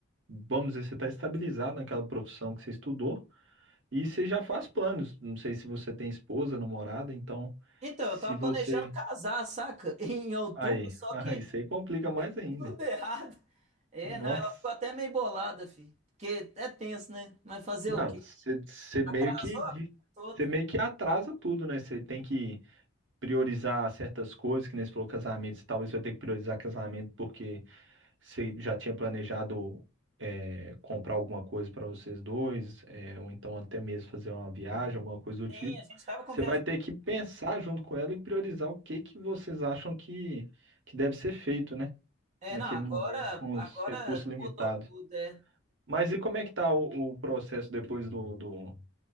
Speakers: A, on the right; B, on the right.
A: vamos dizer, você está estabilizado naquela profissão que você estudou e você já faz planos. Não sei se você tem esposa, namorada, então
B: Então,
A: se
B: eu tava
A: você.
B: planejando casar, saca? <laughs> Em outubro,
A: Aí,
B: só
A: <laughs> aí
B: que
A: isso aí complica mais ainda.
B: tudo errado. É,
A: Nossa.
B: não, ela ficou até meio bolada, fi. Porque é tenso, né? Mas fazer
A: Não,
B: o quê?
A: você, você meio
B: Atrasou
A: que de-
B: a vida toda.
A: você meio que atrasa tudo, né? Você tem que priorizar certas coisas, que nem você falou casamento, você talvez vai ter que priorizar casamento porque Você já tinha planejado é, comprar alguma coisa para vocês dois, é, ou então até mesmo fazer uma viagem, alguma coisa do tipo.
B: Sim, a gente tava com
A: Você
B: viagem
A: vai ter que pensar junto com ela e priorizar o que que vocês acham que, que deve ser feito, né?
B: É,
A: Naquele
B: não, agora,
A: momento, com
B: agora
A: os recursos limitados.
B: mudou tudo, é.
A: Mas e como é que tá o, o processo depois do, do-